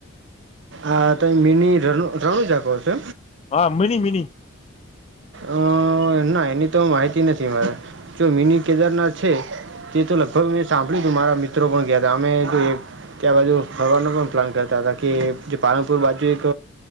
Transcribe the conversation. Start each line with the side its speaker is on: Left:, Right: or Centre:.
Right: આ તો મિની મિની ર રણુજા કોછો?
Left: હા મિની મિની.
Right: અ ના એની તો માહિતી નથી મારે જો મિની કેદારનાથ છે. તે તો લગભગ મેં સાંભળ્યું તું મારા મિત્રો પણ ગયા હતા અમે ત્યાં બાજુ ફરવાનો પણ પ્લાન. કરતા હતા કે જે પાલનપુર બાજુ એક